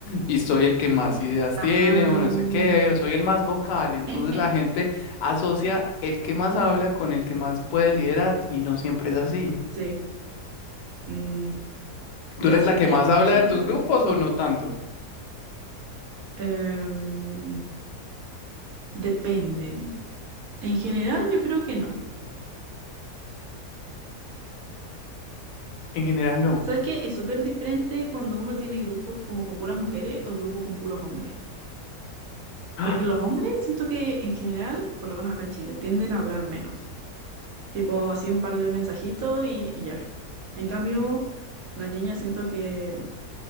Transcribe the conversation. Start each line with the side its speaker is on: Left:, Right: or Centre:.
Left: y soy el que más ideas
Right: Ah.
Left: tiene o no sé qué, o soy el más vocal. Entonces
Right: <laughs>
Left: la gente asocia el que más habla con el que más puede liderar y no siempre es así.
Right: sí. Mm, ya
Left: ¿Tú eres
Right: sí
Left: la
Right: entiendo,
Left: que más habla
Right: tiene sentido.
Left: de tus grupos o no tanto?
Right: Em, depende. En general, yo creo que no.
Left: En general no.
Right: ¿Sabes qué? Es súper diferente cuando uno tiene grupos como con puras mujeres o grupos con puros hombres.
Left: Ah,
Right: Porque los hombres siento que en general, por lo menos acá en Chile, tienden a hablar menos. Tipo así un par de mensajitos y, y ya. En cambio, las niñas siento que